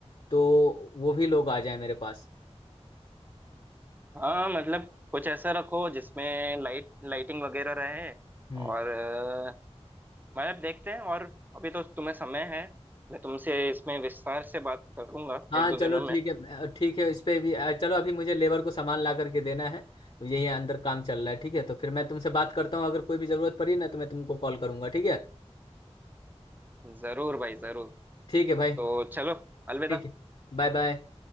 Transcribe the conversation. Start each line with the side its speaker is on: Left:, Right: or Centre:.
Left: तो वो भी लोग आ जाए मेरे पास
Right: हाँ मतलब कुछ ऐसा रखो जिसमें लाइट लाइटिंग वगैरह रहे
Left: हम्म।
Right: और अ, मतलब देखते हैं और अभी तो तुम्हें समय है मैं तुमसे इसमें विस्तार से बात करूंगा
Left: हाँ
Right: एक दो
Left: चलो
Right: दिनों
Left: ठीक
Right: में
Left: है अ, ठीक है इस पे भी अ, चलो अभी मुझे लेबर को सामान ला करके देना है यही अंदर काम चल रहा है ठीक है तो फिर मैं तुमसे बात करता हूँ अगर कोई भी जरूरत पड़ी ना तो मैं तुमको कॉल करूंगा ठीक है
Right: जरूर भाई जरूर
Left: ठीक है भाई
Right: तो चलो अलविदा
Left: ठीक है Bye bye